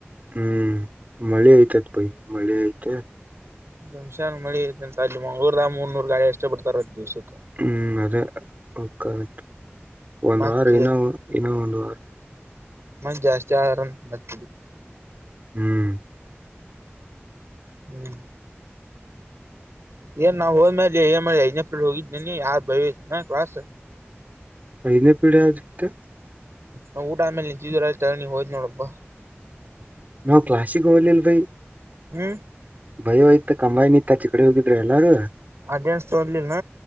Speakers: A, on the right (about 40°); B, on the right (about 75°).
A: ಹ್ಮ್ ಮಳಿ ಐಯತತ್ ಪೈ ಮಳಿ ಐಯತ್
B: ದುಮಶ್ಯಾನ್ ಮಳಿ ಐತ ಅಂತ ಅಲ್ಲಿ ಮಂಗ್ಳೂರ್ ಆ ಮೂರ್ ನೂರು ಗಾಳಿ ಅಷ್ಟು ಬಿಡ್ತಾರ ಅದು ದಿವ್ಸಕ್ಕೆ
A: ಹ್ಮ್ ಅದೇ ಕರೆಕ್ಟ್ ಒಂದು
B: ಮತ್
A: ವಾರ ಇನ್ನ ಇನ್ನ ಒಂದು ಹ್ಮ
B: ಮಂದಿ ಜಾಸ್ತಿ ಆದ್ರ ಮತ
A: ಹ್ಮ್
B: ಹ್ಮ್ ಏ ನಾ ಹೋಗದ ಮ್ಯಾಲ ಯಾರ ಕ್ಲಾಸ
A: ಐದನೇ ಪಿರಿಡ್ ಯಾವುದ
B: ನಾ ಊಟ ಆಮೇಲೆ ನಿಂತಿದ್ದವು ನೀ ಹೋದ್ ನೋಡಪ್ಪಾ
A: ನಾವು ಕ್ಲಾಸಿಕ್ ಹೋಗಲಿಲ್ಲ ಭೈ
B: ಹ್ಮ
A: ಭಯೋಯ್ತ ಕಂಬಾಯಿ ನಿತ್ ಆಚಿಕಡೆ ಹೋಗಿದ್ರರು ಎಲ್ಲಾರೂ
B: ಅಟೆಂಡೆನ್ಸ್ ತಗೋಲಿಲ್ಲ